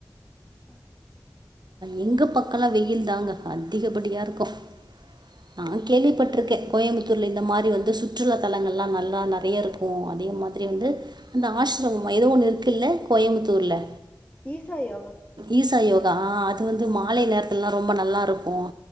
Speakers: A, on the left; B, on the right.
A: அ
B: எங்க பக் நல்லா வெயில் தாங்க அதிகப்படியா க்கும் நான் கேள்விப்பட்டிருக்கேன் கோயமுத்தூர்ல இந்த மாரி வந்து சுற்றுலா தலங்கள் எல்லாம் நல்லா நறைய இருக்கும் அதே மாதிரி வந்து அந்த ஆஷ்ரமம் எதோ ஒண்ணு இருக்குல கோயமுத்தூர்ல
A: ஈசா யோகா
B: ஈசா யோகா ஆ அது வந்து
A: ஆ.
B: மாலை நேரத்துல்லா ரொம்ப நல்லாருக்கும்